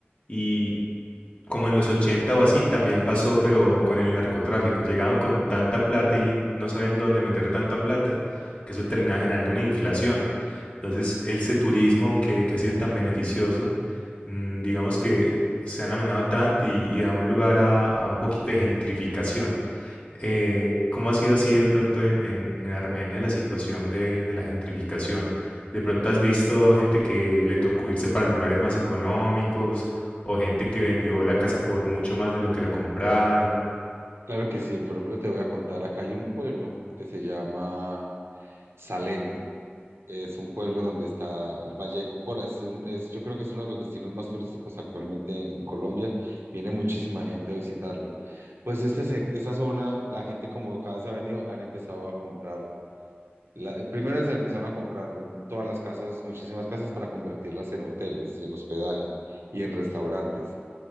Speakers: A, on the left; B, on the right.
A: Y, como en los 80 o así, también pasó, pero con el narcotráfico. Llegaban con tanta plata y no sabían dónde meter tanta plata, que eso terminaba generando una inflación. Entonces, ese turismo que, que ha sido tan beneficioso, mm, digamos que se han amañado tanto y, y da un lugar a, a un poquito de gentrificación. Eh, ¿cómo ha sido así de pronto en, en- en Armenia la situación de, de la gentrificación? ¿De pronto has visto gente que le tocó irse para lugares más económicos o gente que vendió la casa por mucho más de lo que la compraron?
B: Claro que sí, por ejemplo, te voy a contar, acá hay un pueblo que se llama... Salento. Es un pueblo donde está el Valle de Cocora. Es un- es- yo creo que es uno de los destinos más turísticos actualmente en Colombia. Viene muchísima gente a visitarlo. Pues este, sec- esta zona, la gente como cada vez ha venido, han empezado a comprar. La, primero se empezaron a comprar todas las casas, muchísimas casas para convertirlas en hoteles y en hospedaje y en restaurantes.